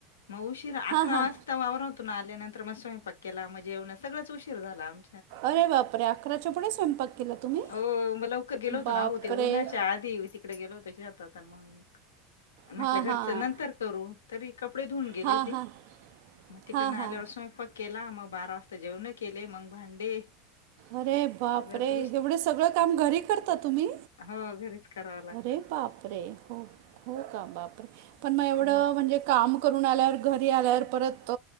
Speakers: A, on the left; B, on the right.
A: मग उशीरा अकरा
B: हां हां
A: वाजता ता वावरातून आल्या नंतर मग स्वयंपाक केला मग जेवण सगळच उशीर झाला आम
B: अरे बापरे अकराच्या पुढे स्वयंपाक केला तुम्ही
A: हो म लवकर गेलो
B: बापरे
A: होतो ते उन्हाच्या आधी तिकडे गेलो होतो शेतात मग म्हटलं
B: हां
A: घरचं
B: हां.
A: नंतर करू. तरी कपडे धुऊन गेले
B: हां,
A: ती
B: हां.
A: मग तिकडन
B: हां, हां.
A: आल्यावर स्वयंपाक केला मग बारा वाजता तर जेवण केले मग भांडे
B: अरे बाप
A: सगळंच
B: रे एवढे सगळं काम घरी करता तुम्ही?
A: हा घरीच. करावं लागतं
B: अरे बाप रे, हो हो का बापरे पण मग एवढं
A: हं.
B: म्हणजे काम करून आल्यावर घरी आल्यावर परत